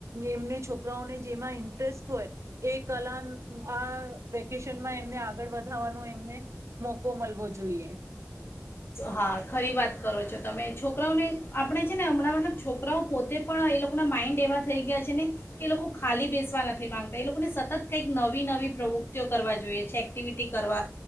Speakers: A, on the right; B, on the left.
A: એમને છોકરાઓને જેમાં ઇન્ટરેસ્ટ હોય એ કલા આ વેકેશનમાં એમને આગળ વધારવાનો એમને મોકો મલવો જોઈએ.
B: હા ખરી વાત કરો છો તમે છોકરાઓને આપણે છે ને હમણાં મ છોકરાઓ પોતે પણ એ લોકોના માઇન્ડ એવા થઈ ગયા છે ને કે એ લોકો ખાલી બેસવા નથી માગતા એ લોકોને સતત કંઈક નવી નવી પ્રવૃત્તિઓ કરવા જોઈએ છે એક્ટિવિટી કરવા